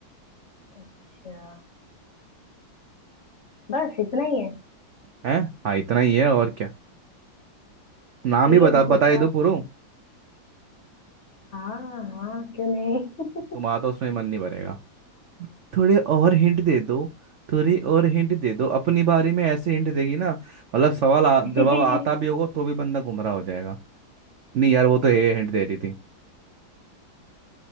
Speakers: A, on the left; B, on the right.
A: अच्छा बस इतना ही है
B: हैं हाँ इतना ही है और क्या नाम
A: एक
B: ही बता
A: गुफा
B: बताए दो पूरा
A: हाँ हाँ क्यों नहीं
B: तुम्हारा तो उसमें मन नहीं भरेगा थोड़े और हिंट दे दो थोड़ी और हिंट दे दो अपनी बारे में ऐसे हिंट देगी ना मतलब सवाल आ,
A: <laughs>
B: जवाब आता भी होगा तो भी बंदा गुमराह हो जाएगा नहीं यार वो तो ये हिंट दे रही थी